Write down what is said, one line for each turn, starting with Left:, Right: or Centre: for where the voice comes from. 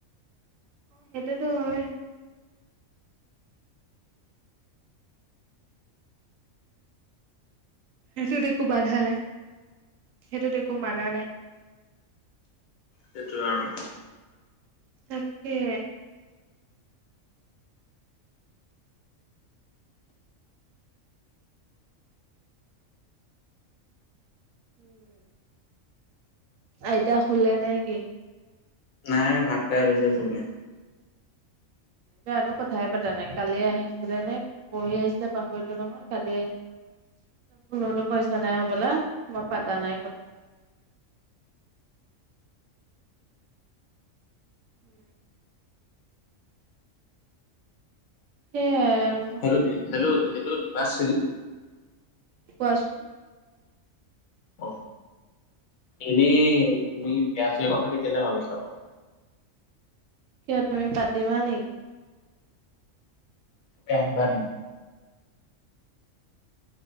Right: অ সেইটোতো হয় সেইটোত একো বাধা নাই সেইটোত একো মানা নাই
Left: সেইটোয়ে আৰু
Right: তাকে উম আইতা শুলে নে কি
Left: নাই ভাত খাই উঠিছে চবে
Right: জানো কথাই পতা নাই কালি আহিছিলে নে পঢ়ি আহিছিলে পাহৰিলো নহয় কালি আহিছিলে ফোনতো পাই কথা নাই হ'বলা মই পাতা নাই কথা উম সেইয়াই আৰু
Left: হেল্ল' দ হেল্ল হেল্ল' দিবাস্ৰী
Right: কোৱাচোন
Left: অ এনেই তুমি বিয়া চিয়া কথা কেতিয়ালে ভাবিছা বাৰু
Right: কিয় তুমি পাতিবা নেকি
Left: তুমি আহিবা নেকি